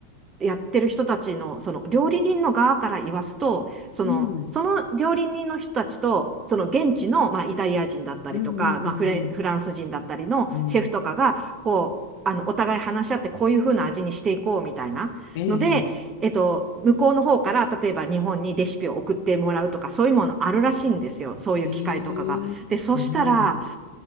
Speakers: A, on the right (about 25°); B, on the left (about 50°).
A: やってる人たちの、その料理人の側から言わすと、その、
B: うん。
A: その料理人の人たちと、その現地の、まあ、イタリア人だったりとか、
B: うん。うん。
A: まあ、
B: うん。
A: フレン、フランス人だったりのシェフとかが、
B: うん。
A: こう、あの、お互い話し合って、こういう風な味にしていこうみたいなので、
B: ええ
A: えっと、向こうの方から、例えば日本にレシピを送ってもらうとか、そういうものあるらしいんですよ。そういう機会とかが。
B: ええええうん。
A: で、そしたら、